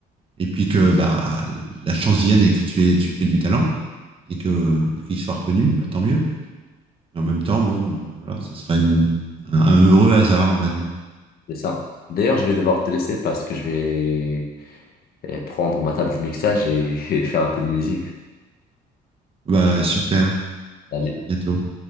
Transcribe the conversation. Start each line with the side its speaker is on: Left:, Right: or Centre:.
Right: et puis que bah la chance vienne et que tu aies, tu aies du talent et que qu'il soit reconnu, bah, tant mieux. Mais en même temps, bon, euh, voilà, ça sera une- un, un heureux hasard, on va dire.
Left: C'est ça. D'ailleurs, je vais devoir te laisser parce que je vais euh, prendre ma table de mixage et, <laughs> et faire un peu de musique.
Right: Bah super.
Left: Salut.
Right: Et puis à bientôt.